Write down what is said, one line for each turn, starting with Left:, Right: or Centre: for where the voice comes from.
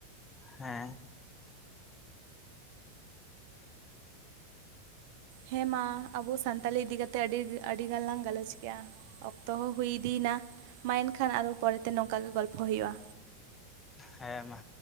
Left: ᱦᱮᱸ᱾
Right: ᱦᱮᱸ ᱢᱟ ᱟᱵᱩ ᱥᱟᱱᱛᱟᱞᱤ ᱤᱫᱤ ᱠᱟᱛᱮᱜ ᱟᱹᱰᱤ ᱟᱹᱰᱤ ᱜᱟᱱ ᱞᱟᱝ ᱜᱟᱞᱚᱪ ᱠᱮᱜᱼᱟ ᱛᱚ ᱦᱚᱸ ᱦᱩᱭ ᱤᱫᱤᱭ ᱱᱟ ᱢᱟ ᱮᱱᱠᱷᱟᱱ ᱟᱨᱚ ᱯᱚᱨᱮ ᱛᱮ ᱱᱚᱝᱠᱟ ᱜᱮ ᱜᱚᱞᱯᱷᱚ ᱦᱩᱭᱩᱜ-ᱟ᱾
Left: ᱦᱮᱸ ᱢᱟ᱾